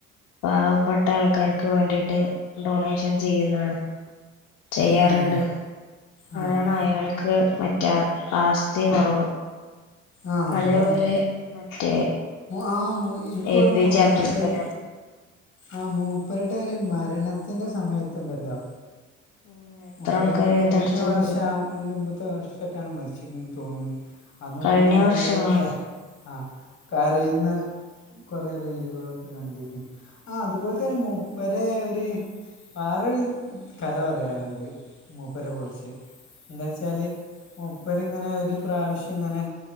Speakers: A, on the left; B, on the left.
A: പാവപ്പെട്ടാൾക്കാർക്ക് വേണ്ടിയിട്ട് ഡൊണേഷൻ ചെയ്യുന്നാണ് ചെയ്യാറുണ്ടന്ന്
B: ഉം. ആ
A: അതാണ്
B: ആ
A: അയാൾക്ക് മറ്റേ ആസ്തി കുറവ്
B: ആ
A: അതേപോലെ
B: അതാണ്
A: മറ്റേ
B: ആ ഇൻകോരുമണ്ട്
A: എ പി ജെ
B: മൂപ്പര്
A: അബ്ദുൽ കലാം
B: ആ മൂപ്പരുടെ ഒരു മരണത്തിന്റെ സമയത്തുണ്ടല്ലോ.
A: ഉം എത്ര
B: മൂപ്പര്
A: ആൾക്കാരെ
B: കഴിഞ്ഞ
A: തടിച്ചു കൂടിയത്
B: വർഷം അതിൻ്റെ മുമ്പത്തെ വർഷട്ടാണ് മരിച്ചിന്ന് തോന്നുന്നു. അന്ന്
A: കഴിഞ്ഞ
B: കൊറ
A: വർഷമാ
B: ആളുകൾക്ക ആ കരയിൽന്ന കുറേ റീയിലുകളുകളൊക്കെ കണ്ടിരുന്നു. ആ അതുപോലെ
A: ഉം
B: തന്നെ മുപ്പര ഒരു വറ കഥ പറയാറുണ്ട്. മൂപ്പരെ കുറിച്ച്. എന്താ വെച്ചാല് മുപ്പരി ഇങ്ങനെ ഒരു പ്രാവശ്യം ഇങ്ങനെ